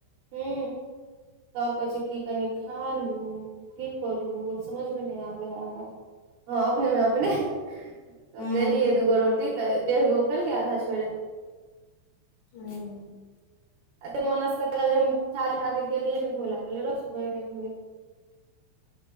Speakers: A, on the right (about 70°); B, on the left (about 70°).
A: हू तब कहै छी की कनी खा लु करू समझ मे नहि आबै है हँ अपने मे अपने
B: अच्छा
A: तब देलियै दूगो रोटी तऽ डेढ़ गो खेलकै आधा छोड़े
B: हू <unintelligible> <unintelligible>
A: एत मनस क तऽ कहल जे हम छे गेलियै ने धो ललै रो सुबहमे धोए <unintelligible> <unintelligible>